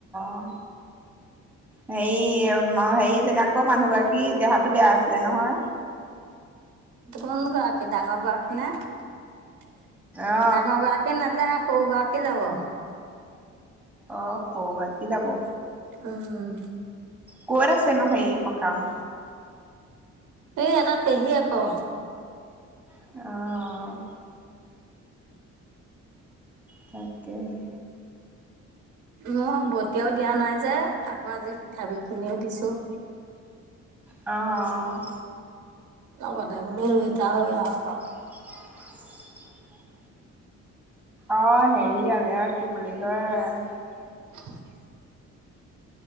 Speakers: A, in the centre; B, on the right.
A: অ। হেৰি হেৰি যে আকৌ মানুহগৰাকীৰ দেহাতো বেয়া আছিলে নহয়।
B: কোন গৰাকী, ডাঙৰ গৰাকী নে? ডাঙৰ
A: অ
B: গৰাকী কী নাযায়, সৰু গৰাকী যাব।
A: অ সৰু গৰাকী যাব।
B: উম।
A: কত আছে নো হেৰি সকাম?
B: এই এটা পেহী আকৌ।
A: অ তাকেহে।
B: মই বতিয়াও দিয়া নাই যে আকৌ আজি পিঠাগুৰি খিনিও দিছোঁ।
A: অ অ
B: লগতে বোলো ৰুই থৈ হৈ আহক আও।
A: <inaudible> অ হেৰি হলে আৰু কি বুলি কয়,
B: <inaudible>